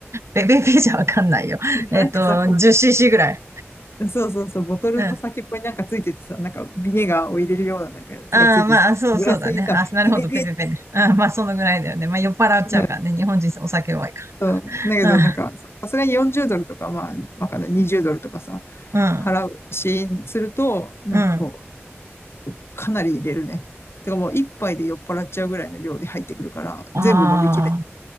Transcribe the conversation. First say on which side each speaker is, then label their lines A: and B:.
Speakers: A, on the right (about 75°); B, on the left (about 60°).
A: ベベベじゃわかんないよ。<laughs>
B: <laughs>
A: えっと、
B: なんかさ、こ
A: 10cc ぐらい。
B: うそうそうそう、ボトルの先っぽになんかついててさ、
A: うん。
B: なんかビネガーを入れるようななんかやつがついてて、
A: ああ、まあ、そう、
B: グラスにさ、
A: そうだね。あ、なるほど、
B: ピペペって、
A: ペペペね。うん、まあ、そのぐらいだよね。まあ、酔っ払っちゃうからね。
B: うん
A: 日本人お酒弱いか
B: そうだけどなんか、
A: ら。
B: さすがに40ドルとか、まあ、わかんない、20ドルとかさ、
A: うん、うん、
B: 払う子音すると、なんかこう、
A: うん。
B: かなり入れるね。てかもう一杯で酔っ払っちゃうぐらいの量で入ってくるから、
A: あ
B: 全部飲みきれ
A: あ、